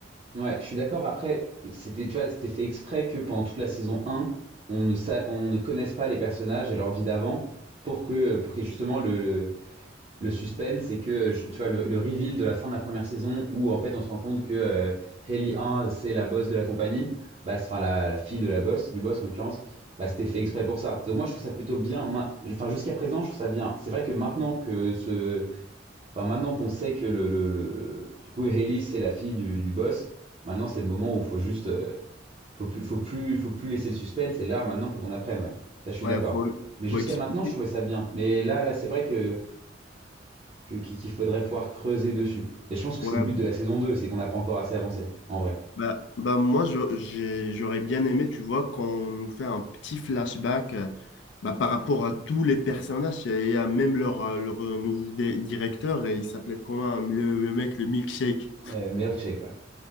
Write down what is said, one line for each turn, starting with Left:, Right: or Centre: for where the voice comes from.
Right: Ouais, je suis d'accord. Après, c'était, tu vois, c'était fait exprès que pendant toute la saison un, on ne sa- on ne connaisse pas les personnages et leur vie d'avant pour que, pour qu'il y ait justement le, le- le suspense c'est que tu vois le, le reveal de la fin de la première saison où en fait on se rend compte que euh, Hailey 1 c'est la boss de la compagnie bah enfin la, la fille de la boss du boss en l'occurrence bah c'était fait exprès pour ça donc moi je trouve ça plutôt bien enfin jusqu'à présent je trouve ça bien c'est vrai que maintenant que ce enfin maintenant qu'on sait que le, le, le, le- du coup Hailey c'est la fille du, du boss maintenant c'est le moment où faut juste euh, faut plus faut plus faut plus laisser le suspense et là maintenant faut qu'on apprenne ouais ça je suis
Left: Ouais,
Right: d'accord
Left: faut,
Right: mais jusqu'à
Left: faut expliquer.
Right: maintenant je trouvais ça bien mais là là c'est vrai que que qu'il qu'il faudrait pouvoir creuser dessus. Et je pense que
Left: Ouais,
Right: c'est le but de la saison 2, c'est qu'on n'a pas encore assez avancé, en vrai.
Left: bah, bah moi, je- j'ai- j'aurais bien aimé, tu vois, qu'on nous fait un petit flashback euh, bah, par rapport à tous les personnages et à même leur, euh, leur euh, nouveau dé- directeur, et il s'appelait comment, le, le mec, le milkshake.
Right: Euh, mais check, ouais.